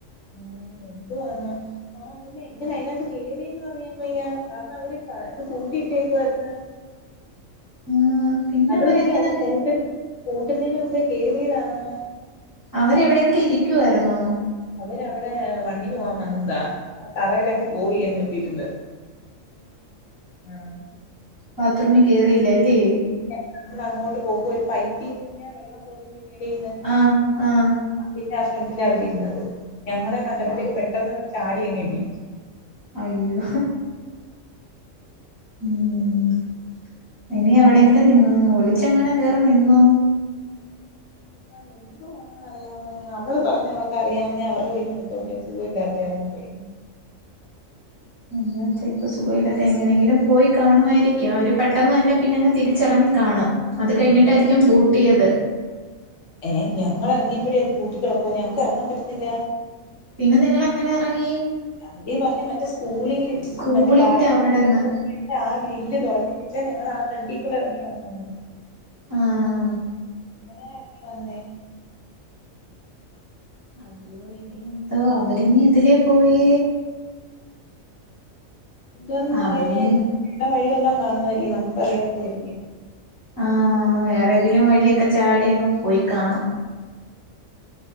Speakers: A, on the left; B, on the right.
A: ആഹ എന്തുവാന്നോ ആഹ് അമ്മൂമ്മ എങ്ങനെ അതിനകത്ത് കേറീന്ന് അറിയാൻ വയ്യ കാരണം അവര് ഇത് പൂട്ടിയിട്ടേക്ക് വാരുന്ന്
B: ആ പിന്നെ
A: അതും
B: അവരെങ്ങനത്
A: ഇനി അവര് പൂട്ട പൂട്ടുന്നതിന് മുമ്പേ കേയറിയതാന്നോ
B: അവരെവിടെങ്കിലും ഇരിക്കുവായിരുന്നോ
A: അവരവിടെ വണ്ണിന് പോകാൻ വന്നതാ തറയിലങ്ങ് പോയി എന്നിട്ടിരുന്ന് ആഹ
B: ബാത്രൂമി കേറിയില്ല അല്ലെ
A: ഇല്ല നമ്മൾ അങ്ങോട്ട് പോകുമ്പോ ഒരു പൈപ്പീന്നിങ്ങനെ വെള്ളം പോന്നില്ലങേടി
B: ആഹ ആഹ
A: ഇല്ല ഫ്രണ്ടിലാ അവർ ഇരുന്നത് ഞങ്ങളെ കണ്ടപ്പോഴത്തെക്ക്
B: ഓഹ്
A: പെട്ടെന്ന് ചാടിയങ്ങ് എണ്ണീറ്റ്
B: അയ്യോ ഉം ഇനി എവിടെയെങ്കിലും നി ഒളിച്ചെങ്ങാണ് കേറി നിന്നോ
A: ആഹ എന്ത് റിയ നമ്മൾ പറഞ്ഞ അവക്ക് അറിയാവുന്നേ അവടെ വീടിന്റെടുത്തല്ലേ സുഖമല്ലാത്തെയന്ന് പറയും
B: അ ചിലപ്പോൾ സുഖമില്ലാത്ത എങ്ങനെയെങ്കിലും പോയി കാണുവായിരിക്കാം അവർ പെട്ടെന്ന് തന്നെ പിന്നെങ്ങ് തിരിച്ചറങ്ങി കാണും അത്
A: ആഹ്
B: കഴിഞ്ഞിട്ടായിരിക്കും പൂട്ടിയത്
A: ഏഹ ഞങ്ങൾ എറങ്ങിയപ്പഴേ അത് പൂട്ടി കിടക്കുവ ഞങ്ങക്ക് എറങ്ങാൻ പറ്റുന്നില്ല
B: പിന്നെ നിങ്ങൾ എങ്ങനെ ഇറങ്ങി
A: അതല്ലേ പറഞ്ഞെ മറ്റേ സ്കൂളി
B: സ്കൂളിന്റെ
A: മറ്റേ ബാലഭവനിലെ
B: അവടന്ന്
A: ആ ഗ്രില്ല് തുറക്കിപ്പിച്ചാ ഞങ്ങൾ ആ ഫ്രണ്ടിൽ കൂടെ ഇറങ്ങി വന്നന്ന്
B: ആഹ്
A: അങ്ങനെ ഇറങ്ങി വന്നേ
B: അയ്യോ ഇനി എന്താ അവരിനി എതിലേ പോയി
A: ഇതൊന്നും
B: അവരിനി
A: അറിയാൻ വയ്യാതെ ഊണ്ട വഴി വല്ലോം കാണു വായിരിക്കും നമുക്ക് അറിയാത്തെ ആയിരിക്കും
B: ആഹ വേറെ ഏതേലും വഴിയൊക്കെ ചാടി അങ്ങ് പോയി കാണും